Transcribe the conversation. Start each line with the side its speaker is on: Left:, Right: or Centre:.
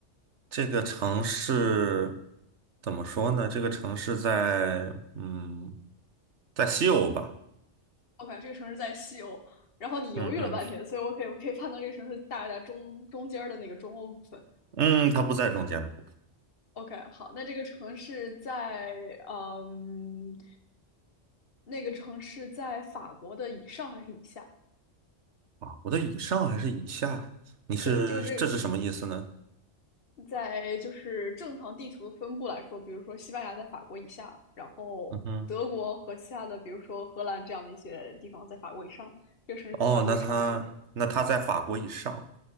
Right: 这个城市怎么说呢？这个城市在嗯，在西欧吧，
Left: OK，这个城市在西欧，然后你犹豫了半天，
Right: 嗯哼，
Left: 所以我可以我可以判断这个城市大概在中中间的那个中欧部分。
Right: 嗯，它不在中间的部分
Left: OK，好，那这个城市在嗯，那个城市在法国的以上还是以下？
Right: 啊。我的以上还是以下？你是这是什么意思呢？
Left: 对，就是这在就是正常地图的分布来说，比如说西班牙在法国以下，然后德国和其他的，
Right: 嗯哼，
Left: 比如说荷兰这样的一些地方在法国以上。这个城市在法国以上还是在
Right: 哦，那它那它在法国以上，